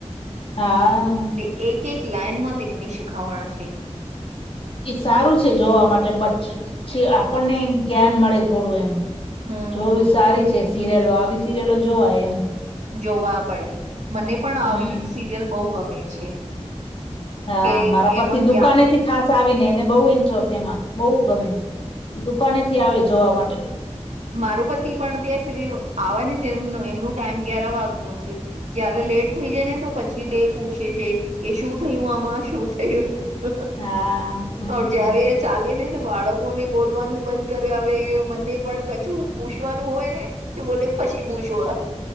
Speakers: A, on the left; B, on the right.
A: હા
B: તે એક એક લાઈનમાં તેમની શીખાવાણ છે
A: એ સારું છે જોવા માટે બચ્ચ છે આપણને જ્ઞાન મળે થોડું એમ.
B: હમ
A: જોવી સારી છે સિરિયલો આવી સિરિયલો જોવાય એમ.
B: જોવા પડે મને પણ આવી
A: હમ
B: સિરિયલ બહુ ગમે છે.
A: હા
B: કે
A: મારા પતિ
B: એમાં
A: દુકાનેથી
B: જ્ઞાન
A: ખાસ આવી ને એને બહુ ઇન્ટરેસ્ટ એમાં બહુ ગમે એ દુકાન આવે જોવા માટે
B: માર પતિ પણ ત્યાં ફ્રિ આવે હ એ એમનું ટાઈમ ગ્યાર વાગે નુ છે. ક્યારે લેટ થઈ જાય ને તો, પછી તે પૂછે છે કે શું થયું? આમાં શું થયું.?
A: હા હમ
B: ઓર જાવે ચાલે ને બાળકોને બોલવાનું બંધ કરે આવે મને પણ કચું પૂછવાનું હોય ને કે બોલે પછી પૂછવા?